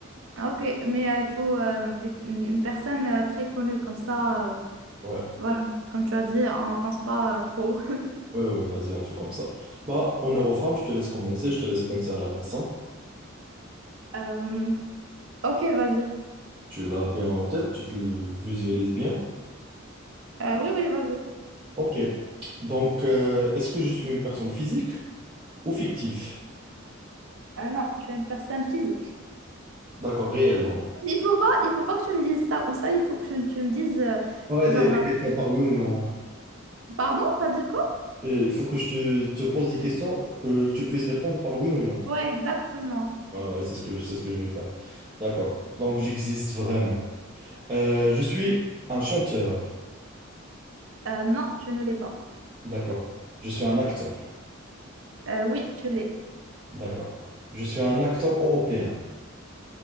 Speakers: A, on the right; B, on the right.
A: Ah, Ok, mais euh, il faut euh, des- une une personne euh, très connue, comme ça, euh,
B: Ouais,
A: voilà, comme tu as dit, on pense pas euh, trop. <laughs>
B: ouais, ouais, vas-y, on fait comme ça. Bah, en Eurofarm, je te laisse commencer, je te laisse penser à la personne.
A: Euh, ok, vas-y.
B: Tu l'as bien en tête, tu te le visualises bien.
A: Euh, oui, oui, vas-y.
B: Ok. Donc, euh, est-ce que je suis une personne physique ou fictive?
A: Ah non, tu es une personne physique.
B: D'accord, réelle donc.
A: Il faut pas, il faut pas que tu me dises ça ou ça, il faut que tu, tu me dises, euh,
B: Ouais,
A: genre,
B: des, des
A: euh,
B: questions par oui ou non. ouais.
A: pardon, t'as dit quoi?
B: Euh, il faut que je te... te pose des questions que tu puisses répondre par oui ou non.
A: Ouais, exactement.
B: Ouais, ouais, c'est ce que, c'est ce que je vais faire. D'accord. Donc, j'existe vraiment. Euh, je suis un chanteur.
A: Euh, non, tu ne l'es pas.
B: D'accord. Je suis un acteur.
A: Euh, oui, tu l'es.
B: D'accord. Je suis un acteur européen,